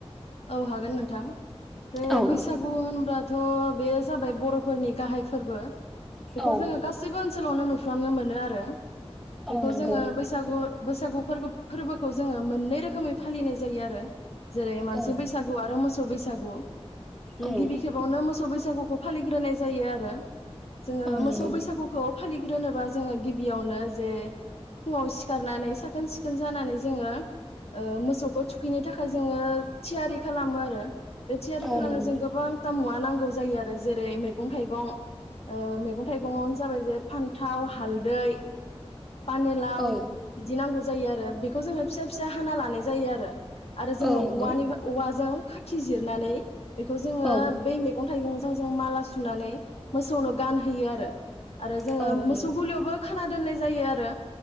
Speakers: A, on the left (about 70°); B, in the centre.
A: औ हागोन नोंथां बे
B: औ
A: बैसागु होनबा थ बे जाबाय बर फोरनि गाहाय फोरबो बेखौ
B: औ
A: जोंङो गासिबो ओनसोलावनो नुफ्रामनो मोनो आरो
B: औ
A: बेखौ
B: नंगौ
A: जोंङो बैसागु बैसागु फोरबो फोरबोखौ जोंङो मोननै रोखोमै फालिनाय जायो आरो जेरै- मानसि
B: औ
A: आरो मोसौ बैसागु ओ
B: औ
A: गिबि खेबावनो मोस बैसागुखौ फालिग्रोनाय जायो आरो जोंङो
B: औ नंगौ
A: मोसौ बैसागुखौ फालिग्रोनोबा जोंङो गिबियावनो जे फुंङाव सिखारनानै साखोन सिखोन जानानै जोंङो ओ मोसौखौ थुखैनो थाखाय जोंङो थियारि खालामो आरो बे थियारि
B: औ
A: खालामनो
B: नंगौ
A: जों गोबां मुवा नांगौ जायो आरो जेरै मैगं-थाइगं ओ मैगं-थाइगंआनो जाबाय जे फान्थाव हालदै पानिलाव
B: औ
A: बिदि नांगौ जायो आरो बेखौ जोंङो फिसा फिसा हाना लानाय जायो आरो आरो जोंङो
B: औ नंगौ
A: औवानिफ्राय औवाजों खाथि जिरनानै बेखौ जोंङो
B: औ
A: बै मैगं-थाइगंजों जों माला सुनानै मोसौनो गानहैयो आरो आरो जोङो
B: औ नंगौ
A: मोसौ गलियावबो खाना दोननाय जायो आ -रो